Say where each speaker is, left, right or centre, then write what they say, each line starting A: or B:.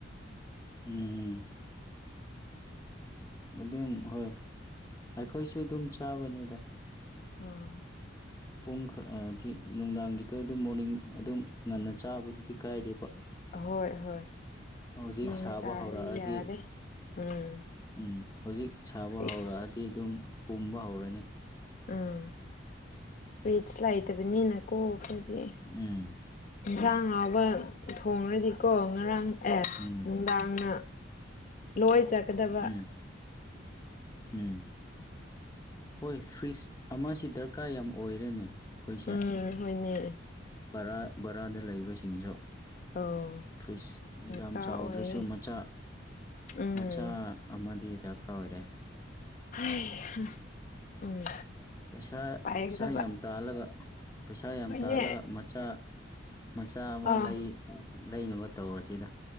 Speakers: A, on the left; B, on the left.
A: ꯎꯝꯝ ꯑꯗꯨꯝ ꯍꯣꯏ ꯑꯩꯈꯣꯏꯁꯨ ꯑꯗꯨꯝ ꯆꯥꯕꯅꯤꯗ
B: ꯑꯥ
A: ꯄꯨꯡ ꯈꯔꯗꯤ ꯅꯨꯡꯗꯥꯡꯒꯤꯗ ꯑꯗꯨꯝ ꯃꯣꯔꯅꯤꯡ ꯑꯗꯨꯝ ꯉꯟꯅ ꯆꯥꯕꯗꯨꯗꯤ ꯀꯥꯏꯗꯦꯕ
B: ꯑꯍꯣꯏ ꯍꯣꯏ
A: ꯍꯧꯖꯤꯛ
B: ꯊꯦꯡꯅ
A: ꯁꯥꯕ
B: ꯆꯥꯔꯗꯤ
A: ꯍꯧꯔꯛꯑꯗꯤ
B: ꯌꯥꯗꯦ ꯎꯝ
A: ꯎꯝ ꯍꯧꯖꯤꯛ ꯁꯥꯕ
B: ꯐꯤꯛꯁ
A: ꯍꯧꯔꯛꯑꯗꯤ ꯑꯗꯨꯝ ꯄꯨꯝꯕ ꯍꯧꯔꯅꯤ
B: ꯑꯥ ꯔꯤꯁ ꯂꯩꯥꯏꯇꯕꯅꯤꯅꯀꯣ ꯑꯩꯈꯣꯏꯒꯤ
A: ꯎꯝ
B: ꯏꯟꯁꯥꯡ ꯍꯥꯎꯕ ꯊꯣꯡꯂꯗꯤꯀꯣ ꯉꯔꯥꯡ ꯑꯦ
A: ꯎꯝ
B: ꯅꯨꯡꯗꯥꯡꯅ ꯂꯣꯏ ꯆꯠꯀꯗꯕ
A: ꯎꯝ ꯎꯝ ꯍꯣꯏ ꯐ꯭ꯔꯤꯖ ꯑꯃꯁꯤ ꯗꯔꯀꯥꯔ ꯌꯥꯝ ꯑꯣꯏꯔꯦꯅꯦ ꯑꯩꯈꯣꯏꯁꯦ
B: ꯎꯝ ꯍꯣꯏꯅꯦ
A: ꯕꯔꯥ ꯕꯥꯔꯥꯗ ꯂꯩꯕꯁꯤꯡꯁꯨ
B: ꯑꯣ
A: ꯐ꯭ꯔꯤꯖ
B: ꯗꯔꯀꯥꯔ
A: ꯌꯥꯝ ꯆꯥꯎꯗ꯭ꯔꯁꯨ
B: ꯑꯣꯏꯌꯦ
A: ꯃꯆꯥ
B: ꯎꯝ
A: ꯃꯆꯥ ꯑꯃꯗꯤ ꯗꯔꯀꯥꯔ ꯑꯣꯏꯔꯦ
B: ꯍꯩꯍꯥ ꯎꯝ
A: ꯄꯩꯁꯥ
B: ꯄꯥꯏꯒꯗꯕ
A: ꯄꯩꯁꯥ ꯌꯥꯝ ꯇꯥꯜꯂꯒ ꯄꯩꯁꯥ ꯌꯥꯝ
B: ꯍꯣꯏꯅꯦ
A: ꯇꯥꯜꯂꯒ ꯃꯆꯥ ꯃꯆꯥ ꯑꯃ
B: ꯑꯥ
A: ꯂꯩ ꯂꯩꯅꯕ ꯇꯧꯔꯁꯤꯗ